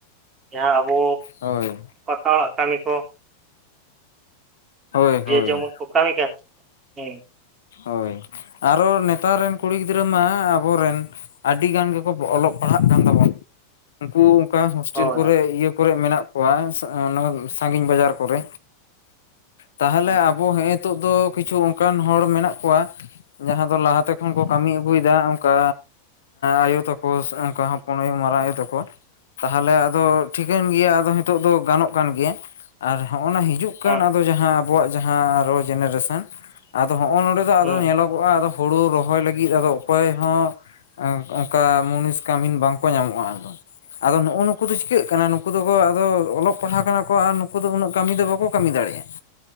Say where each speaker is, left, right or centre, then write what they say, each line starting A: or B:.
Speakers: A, on the right; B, on the left.
A: ᱡᱟᱦᱟᱸ ᱟᱵᱚ
B: ᱦᱳᱭ
A: ᱯᱟᱠᱟ ᱚᱲᱟᱜ ᱠᱟᱹᱢᱤ ᱠᱚ
B: ᱦᱳᱭ
A: ᱡᱮ
B: ᱦᱳᱭ
A: ᱡᱮᱢᱚᱱ ᱯᱚᱴᱟᱣᱮ ᱠᱟᱱ ᱦᱮᱸ
B: ᱦᱳᱭ ᱟᱨᱚ ᱱᱮᱛᱟᱨ ᱨᱮᱱ ᱠᱩᱲᱤ ᱜᱤᱫᱽᱨᱟᱹ ᱢᱟ ᱟᱵᱚᱨᱮᱱ ᱟᱹᱰᱤ ᱜᱟᱱ ᱜᱮᱠᱚ ᱚᱞᱚᱜ ᱯᱟᱲᱦᱟᱜ ᱠᱟᱱ ᱛᱟᱵᱚᱱ ᱩᱱᱠᱩ ᱚᱱᱠᱟ ᱦᱳᱥᱴᱮᱞ
A: ᱦᱳᱭ
B: ᱠᱚᱨᱮ ᱤᱭᱟᱹ ᱠᱚᱨᱮ ᱢᱮᱱᱟᱜ ᱠᱚ ᱠᱚᱣᱟ ᱥᱟᱹᱜᱤᱧ ᱵᱟᱡᱟᱨ ᱠᱚᱨᱮ ᱛᱟᱦᱚᱞᱮ
A: ᱦᱳᱭ
B: ᱟᱵᱚ ᱦᱤᱛ ᱱᱤᱛᱚᱜ ᱫᱚ ᱠᱤᱪᱷᱩ ᱚᱱᱠᱟᱱ ᱦᱚᱲ ᱢᱮᱱᱟᱜ ᱠᱚᱣᱟ ᱡᱟᱦᱟᱸ ᱫᱚ ᱞᱟᱦᱟᱛᱮ ᱠᱷᱚᱱ ᱠᱚ ᱠᱟᱹᱢᱤ ᱟᱹᱜᱩᱭᱮᱫᱟ ᱚᱱᱠᱟ ᱟᱭᱳ ᱛᱟᱠᱚ ᱚᱱᱠᱟ ᱦᱚᱯᱚᱱ ᱟᱭᱳ ᱢᱟᱨᱟᱝ ᱟᱭᱳ ᱛᱟᱠᱚ ᱛᱟᱦᱚᱞᱮ ᱟᱫᱚ ᱴᱷᱤᱠᱟᱹᱱ ᱜᱮᱭᱟ ᱟᱫᱚ ᱱᱤᱛᱚᱜ ᱫᱚ ᱜᱟᱱᱚᱜ ᱠᱟᱱ ᱜᱮᱭᱟ ᱟᱨ ᱦᱚᱸᱜᱼᱚᱱᱟ ᱦᱤᱡᱩᱜ ᱠᱟᱱ
A: ᱦᱮᱸ
B: ᱟᱫᱚ ᱡᱟᱦᱟᱸ ᱟᱵᱚᱣᱟᱜ ᱡᱟᱦᱟᱸ ᱨᱚ ᱡᱮᱱᱟᱨᱮᱥᱚᱱ ᱟᱫᱚ ᱦᱚᱸᱜᱼᱚᱭ ᱱᱚᱰᱮ
A: ᱦᱮᱸ
B: ᱟᱫᱚ ᱧᱮᱞᱚᱜᱚᱜᱼᱟ ᱟᱫᱚ ᱦᱩᱲᱩ ᱨᱚᱦᱚᱭ ᱞᱟᱹᱜᱤᱫ ᱟᱫᱚ ᱚᱠᱚᱭ ᱦᱚᱸ ᱚᱱᱠᱟ ᱢᱩᱱᱤᱥ ᱠᱟᱹᱢᱤᱱ ᱵᱟᱝᱠᱚ ᱧᱟᱢᱚᱜᱼᱟ ᱟᱫᱚ ᱟᱫᱚ ᱱᱩᱜᱩ ᱱᱩᱠᱩ ᱫᱚ ᱪᱤᱠᱟᱹᱜ ᱠᱟᱱᱟ ᱱᱩᱠᱩ ᱫᱚ ᱟᱫᱚ ᱚᱞᱚᱜ ᱯᱟᱲᱦᱟᱜ ᱠᱟᱱᱟ ᱠᱚ ᱟᱨ ᱱᱩᱠᱩ ᱫᱚ ᱩᱱᱟᱹᱜ ᱠᱟᱹᱢᱤ ᱫᱚ ᱵᱟᱠᱚ ᱠᱟᱹᱢᱤ ᱫᱟᱲᱮᱭᱟᱜᱼᱟ